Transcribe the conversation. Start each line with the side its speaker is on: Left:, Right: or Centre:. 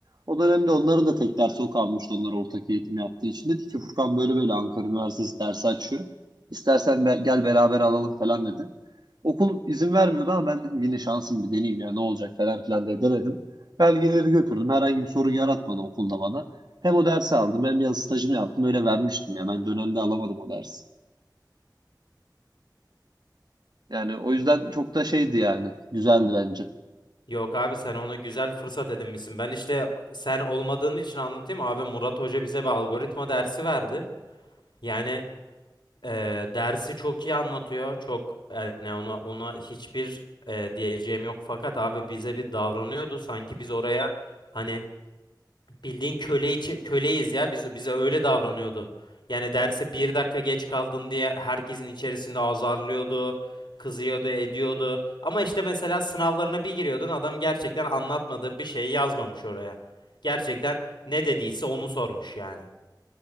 Right: O dönemde onların da tek dersi o kalmıştı. Onlar ortak eğitim yaptığı için. Dedi ki Furkan böyle böyle Ankara Üniversitesi dersi açıyor. İstersen be- gel beraber alalım falan dedi. Okul izin vermiyordu ama ben dedim yine şansım bir deneyeyim ya ne olacak falan filan diye denedim. Belgeleri götürdüm. Herhangi bir sorun yaratmadı okulda bana. Hem o dersi aldım hem yaz stajını yaptım. Öyle vermiştim ya. Ben dönemde alamadım o dersi. Yani o yüzden çok da şeydi yani. Güzeldi bence.
Left: Yok abi sen ona güzel fırsat edinmişsin. Ben işte sen olmadığın için anlatayım. Abi Murat Hoca bize bir algoritma dersi verdi. Yani Ee, dersi çok iyi anlatıyor. Çok yani ona ona hiçbir e, diyeceğim yok fakat abi bize bir davranıyordu sanki biz oraya hani bildiğin köle içi, köleyiz ya biz bize öyle davranıyordu. Yani derse bir dakika geç kaldın diye herkesin içerisinde azarlıyordu, kızıyordu, ediyordu. Ama işte mesela sınavlarına bir giriyordun adam gerçekten anlatmadığı bir şeyi yazmamış oraya. Gerçekten ne dediyse onu sormuş yani.